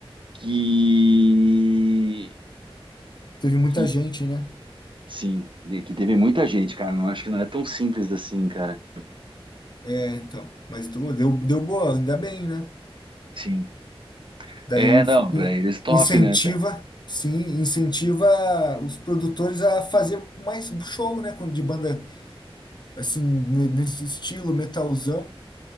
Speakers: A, on the right; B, on the left.
A: que.
B: Teve muita
A: que
B: gente, né?
A: Sim, e que teve muita gente, cara. Não acho que não é tão simples assim, cara.
B: É, então. Mas pô, deu, deu boa, ainda bem, né?
A: Sim.
B: Daí
A: É, não,
B: in-
A: pra eles top,
B: incentiva,
A: né, cara?
B: sim, incentiva os produtores a fazer mais show, né? Quando- De banda, assim, ne- nesse estilo, metalzão.